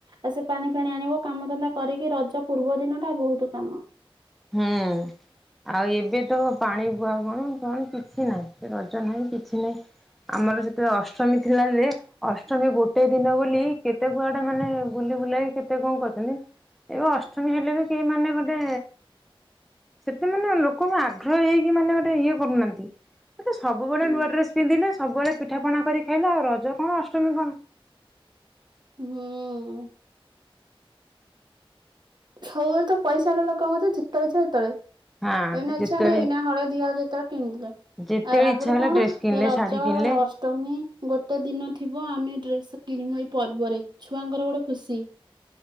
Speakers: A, on the right; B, in the centre.
A: ଆ ସେ ପାଣି ଫାଣି ଆଣିବ କାମଧନ୍ଦା କରିକି ରଜ ପୂର୍ବ ଦିନ ଟା ବହୁତ କାମ।
B: ହୁଁ। ଆଉ ଏବେ ତ ପାଣି ବୁହା କଣ କଣ କିଛି ନାହିଁ ରଜ ନାହିଁ କିଛି ନାହିଁ। ଆମର ସେତେବେଳେ ଅଷ୍ଟମୀ ଥିଲା ଯେ ଅଷ୍ଟମୀ ଗୋଟେ ଦିନ ବୋଲି କେତେ କୁଆଡେ ମାନେ ବୁଲି ବୁଲାଇକି କେତେ କଣ କରୁଛନ୍ତି। ଏବେ ଅଷ୍ଟମୀ ହେଲେ ବି କି ମାନେ ଗୋଟେ ସେତେ ମାନେ ଲୋକଙ୍କ ଆଗ୍ରହ ହେଇକି ମାନେ ଗୋଟେ ଇଏ କରୁନାହାନ୍ତି। ଏ ତ ସବୁବେଳେ
A: ହୁଁ
B: ନୂଆ ଡ୍ରେସ ପିନ୍ଧିଲେ ସବୁବେଳେ ପିଠାପଣା କରି ଖାଇଲେ ଆଉ ରଜ କଣ ଅଷ୍ଟମୀ କଣ?
A: ହୁଁ। ସବୁବେଳେ ତ ପଇସାର ଲୋକ ମତ ଜେତେଳେ ଇଛା ସେତଳେ।
B: ହଁ
A: ଏଇନା
B: ଯେତେବେଳେ
A: ଇଛା ହେଲେ ଏଇନା ହଳେଦିହଳ ଯେତେବେଳେ କିଣିଲେ
B: ଯେତେବେଳେ
A: ଆ ଆଗରୁ
B: ଇଚ୍ଛା ହେଲା
A: କଣ
B: ଡ୍ରେସ କିଣିଲେ
A: ଏ ରଜ
B: ଶାଢୀ କିଣିଲେ
A: ଅ ଅଷ୍ଟମୀ ଗୋଟେ ଦିନ ଥିବ ଆମେ ଡ୍ରେସ କିଣିବୁ ଏଇ ପର୍ବରେ ଛୁଆଙ୍କର ଗୋଟେ ଖୁସି।